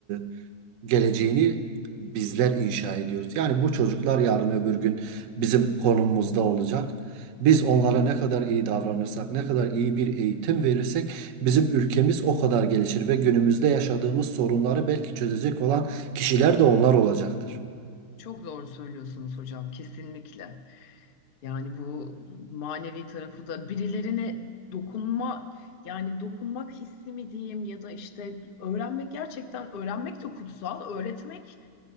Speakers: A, on the right; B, on the left.
A: e, geleceğini bizler inşa ediyoruz. Yani bu çocuklar yarın öbür gün bizim konumumuzda olacak. Biz onlara ne kadar iyi davranırsak, ne kadar iyi bir eğitim verirsek bizim ülkemiz o kadar gelişir ve günümüzde yaşadığımız sorunları belki çözecek olan kişiler de onlar olacaktır.
B: Çok doğru söylüyorsunuz hocam, kesinlikle. Yani bu manevi tarafı da birilerine dokunma yani dokunmak hissi mi diyeyim ya da işte öğrenmek gerçekten öğrenmek de kutsal, öğretmek